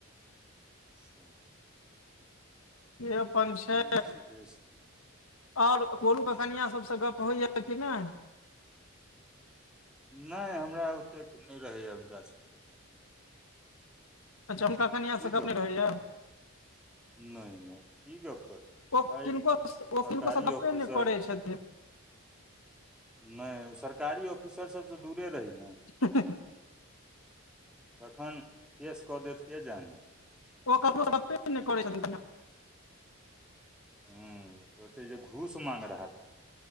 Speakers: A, in the centre; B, on the left (about 80°).
A: हू
B: से अपन
A: ह्म
B: छै
A: ठीके छै
B: और गोलू के कनियाँ सब सँ गप्प होइया कि नहि
A: नहि हमरा ओतेक नहि रहैए हुनका सभसँ
B: अच्छा हुनका कनियाँ
A: की
B: से गप नै‌
A: करू
B: रहैया
A: नहि नहि की गप
B: ओ
A: भाय
B: किनको
A: सरकारी
B: ओ किनको से गप्पे
A: ऑफिसर
B: नहि करै छथिन
A: नहि ओ सरकारी ऑफिसर सब सँ दूरे रही ने
B: हिं हह
A: कखन केस कऽ देत के जाने
B: ओ ककरो सँ गप्पे नै‌ करै छथिन
A: हुँ कहते जे घूस माँग रहा था